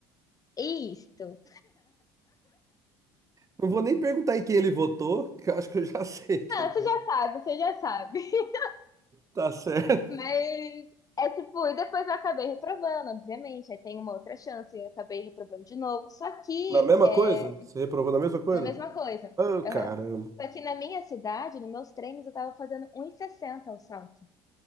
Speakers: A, on the left; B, on the right.
A: É Isto.
B: Não vou nem perguntar em quem ele votou, que eu acho que eu já <laughs> sei que
A: Não,
B: ele
A: você já sabe, você já sabe. <laughs>
B: tá certo.
A: Mas é tipo, e depois eu acabei reprovando, obviamente. Aí tem uma outra chance, eu acabei reprovando de novo. Só que
B: Na mesma
A: é
B: coisa? Você reprovou na mesma coisa?
A: a mesma coisa.
B: Ah, caramba.
A: Aham. Só que na minha cidade, nos meus treinos, eu tava fazendo um e sessenta o salto.